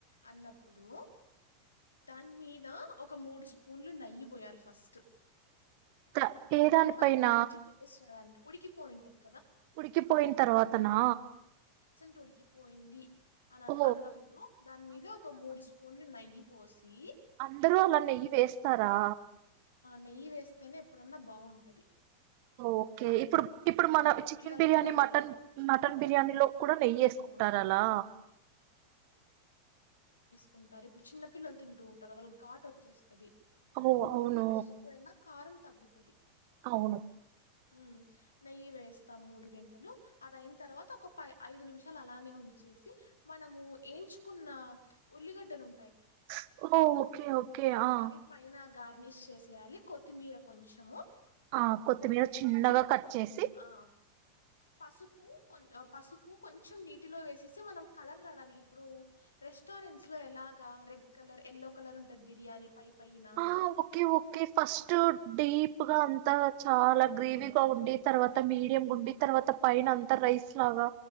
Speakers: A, on the left; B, on the right.
A: అన్నప్పుడు దాని మీద ఒక మూడు స్పూన్లు నెయ్యి పోయాలి ఫస్ట్
B: త ఏ దానిపైన
A: మనకు మంచి టేస్ట్ చేవడానికి ఉడికిపోయింటది
B: ఉడికిపోయిన తర్వాతనా
A: తొడికి పోయింది అని
B: ఓ
A: అన్నప్పుడు దాని మీద ఒక మూడు స్పూన్లు నెయ్యి పోసి
B: అందరు అలా నెయ్యి వేస్తారా
A: నెయ్యి వేస్తేనే ఎప్పుడన్నా బాగుంటుంది
B: ఓకే ఇప్పుడు ఇప్పుడు
A: తినడానికి
B: మన చికెన్
A: పిల్లలకి
B: బిర్యానీ
A: గానీ
B: మటన్ మటన్ బిర్యానీ లో కూడా నెయ్యి వేసుకుంటారు
A: అవును.
B: అలా
A: కుంటారు ఇప్పుడు చిన్న పిల్లలు తింటూ ఉంటారు వాళ్ళకి ఘట్ వచ్చేస్తుది
B: ఓహో అవును
A: ఏప్పుడైనా కారం తగ్గుతది
B: అవును
A: ఉమ్మ్ నెయ్యి వేస్తాం మూడు గంటెలు అది అయిన తర్వాత ఒక పై ఐదు నిమిషాలు అలానే ఉంచేసి మనము ఏంచుకున్న ఉల్లిగడ్డలు ఉం
B: స్ ఓ ఓకే ఓకే ఆ
A: అవి పైన గార్నిష్ చేసేయాలి కొత్తిమీర కొంచము
B: ఆ కొత్తిమీర చిన్నగా కట్ చేసి
A: ఆ! పసుపు కొం పసుపు కొంచెం నీటిలో వేసేసి మనం కలర్ రాడానికి ఇప్పుడు రెస్టారెంట్స్ లో ఎలాగా రెడ్ కలర్, ఎల్లో కలర్ ఉంటది బిర్యానీ పై పైనా
B: ఆ ఓకే ఓకే ఫస్ట్ డీప్ గా అంతా చాలా
A: అవును
B: గ్రీవీగా ఉండి తర్వా త మీడియంగుండి తర్వాత పైన
A: ఉమ్,
B: అంతా రైస్ లాగా